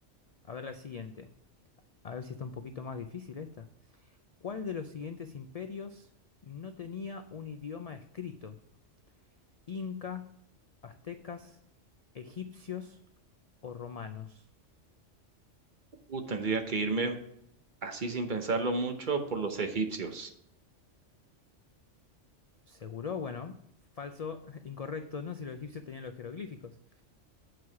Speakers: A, on the left; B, on the right.
A: A ver la siguiente. A ver si está un poquito más difícil esta. ¿Cuál de los siguientes imperios no tenía un idioma escrito? Inca, aztecas, egipcios o romanos.
B: Uh, tendría que irme así sin pensarlo mucho por los egipcios.
A: Seguro, bueno, falso, <laughs> incorrecto, ¿no? Si los egipcios tenían los jeroglíficos.